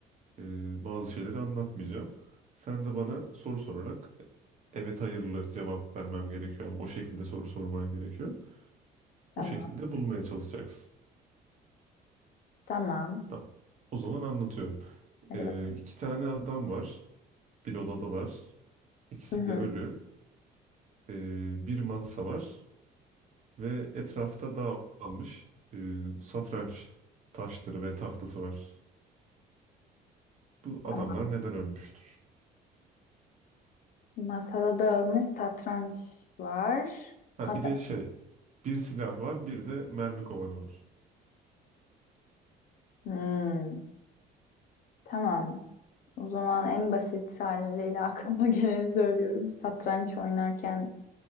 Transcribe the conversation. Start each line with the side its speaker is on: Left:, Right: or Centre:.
Right: e, bazı şeyleri anlatmayacağım. Sen de bana soru sorarak evet hayırlı cevap vermem gerekiyor ama o şekilde soru sorman gerekiyor.
Left: Tamam.
Right: O şekilde bulmaya çalışacaksın.
Left: Tamam.
Right: Tamam. O zaman anlatıyorum.
Left: Hadi
Right: Ee,
Left: bakalım.
Right: iki tane adam var, bir odadalar. İkisi
Left: Hı hı.
Right: de ölü. Ee, bir masa var ve etrafta dağılmış e, satranç taşları ve tahtası var. Bu adamlar
Left: Tamam.
Right: neden ölmüştür?
Left: Masada dağılmış satranç var.
Right: Ha,
Left: Ada.
Right: bir de şey bir silah var bir de mermi kovanı var.
Left: Hmm. Tamam. O zaman en basit haliyle aklıma <laughs> geleni söylüyorum. Satranç oynarken